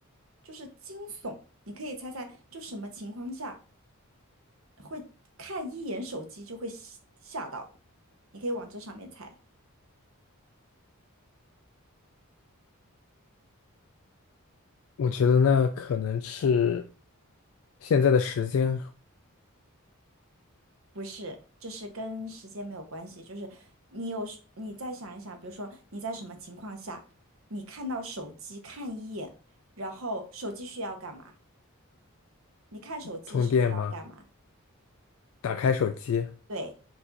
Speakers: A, on the right; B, on the left.
A: 就是惊悚。你可以猜猜，就什么情况下会看一眼手机就会吓吓到？你可以往这上面猜。
B: 我觉得那可能是现在的时间
A: 不是，就是跟时间没有关系，就是你有时你再想一想，比如说你在什么情况下，你看到手机看一眼，然后手机需要干嘛？你看手机是需要干嘛？
B: 充电吗？打开手机，
A: 对，